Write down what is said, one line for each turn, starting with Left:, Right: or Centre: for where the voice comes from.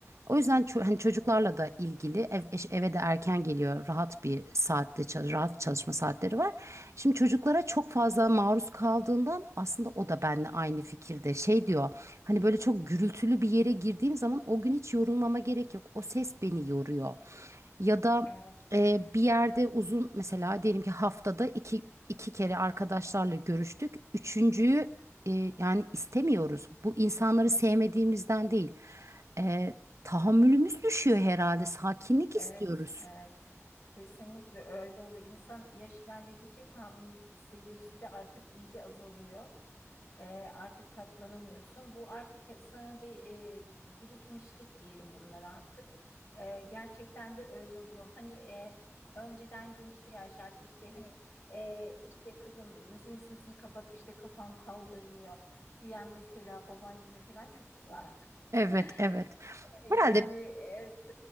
Right: O yüzden ço- hani çocuklarla da ilgili ev, eş- eve de erken geliyor. Rahat bir saatte çal- rahat çalışma saatleri var. Şimdi çocuklara çok fazla maruz kaldığından aslında o da benimle aynı fikirde. Şey diyor. Hani böyle çok gürültülü bir yere girdiğim zaman o gün hiç yorulmama gerek yok. O ses beni yoruyor. Ya da
Left: evet,
Right: ee, bir yerde uzun mesela diyelim ki haftada iki, iki kere arkadaşlarla görüştük. Üçüncüyü e, yani istemiyoruz. Bu insanları sevmediğimizden değil. Ee, tahammülümüz düşüyor herhalde. Sakinlik
Left: evet,
Right: istiyoruz.
Left: evet. Kesinlikle öyle oluyor. İnsan yaş ilerledikçe tahammül seviyesi de artık iyice azalıyor. E, artık katlanamıyorsun. Bu artık sanırım bir e, birikmişlik diyelim bunlar artık. E, gerçekten de öyle oluyor. Hani e, önceden gençliği aşardı işte hani e, işte kızım müziğin sesini kapat işte kafam kaldırmıyor diyen mesela babaanneme falan çok kızardım.
Right: Evet,
Left: <laughs>
Right: evet.
Left: E,
Right: Herhalde
Left: Yani evet,